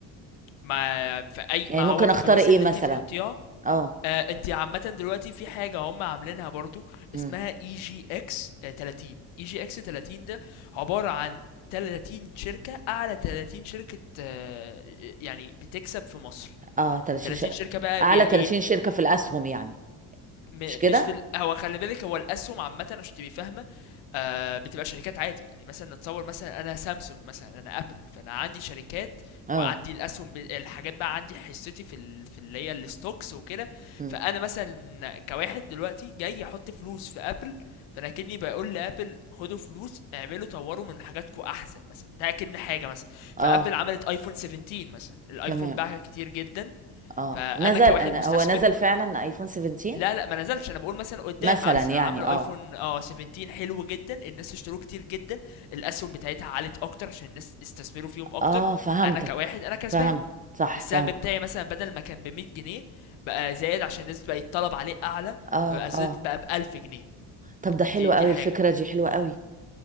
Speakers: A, on the left (about 75°); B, on the right (about 20°).
A: ما في اي
B: يعني
A: ما
B: ممكن
A: هو الفلوس
B: اختار ايه
A: اللي
B: مثلا
A: انت بتحطيها
B: اه
A: آه انت عامة دلوقتي في حاجة هم عاملينها برضو اسمها
B: امم
A: اي جي اكس 30 اي جي اكس 30 ده عبارة عن 30 شركة اعلى 30 شركة آه يعني بتكسب في مصر
B: اه 30
A: 30
B: ش...
A: شركة بقى
B: اعلى
A: بي ايه
B: 30 شركه في الاسهم يعني
A: م
B: مش كده
A: مش في ال هو خلي بالك هو الاسهم عامه عشان تبقي فاهمه آه بتبقى شركات عادي يعني مثلا نتصور مثلا انا سامسونج مثلا انا ابل فانا عندي شركات
B: اه
A: وعندي الاسهم ب- الحاجات بقى عندي حصتي في ال... في اللي هي الستوكس وكده
B: امم
A: فانا مثلا كواحد دلوقتي جاي احط فلوس في ابل فانا كني بقول لابل خدوا فلوس اعملوا طوروا من حاجاتكم احسن مثلا ده كأن حاجه مثلا فابل
B: اه
A: عملت ايفون 17 مثلا الايفون
B: تمام
A: باع كتير جدا
B: اه
A: فانا
B: نزل
A: كواحد
B: أنا-
A: مستثمر
B: هو نزل فعلا ايفون 17
A: لا لا ما نزلش انا بقول مثلا قدام
B: مثلا
A: مثلا
B: يعني
A: عملوا
B: اه
A: ايفون اه 17 حلو جدا الناس اشتروه كتير جدا الاسهم بتاعتها عالت اكتر عشان الناس استثمروا فيهم اكتر
B: اه فهمتك
A: انا كواحد انا كسبان
B: فهمت صح
A: السهم
B: فهمت
A: بتاعي مثلا بدل ما كان ب 100 جنيه بقى زايد عشان الناس بقى الطلب عليه اعلى
B: اه
A: فبقى زاد
B: اه
A: بقى ب 1000 جنيه
B: طب ده حلو
A: دي دي
B: قوي
A: حاجه
B: الفكرة دي حلوة قوي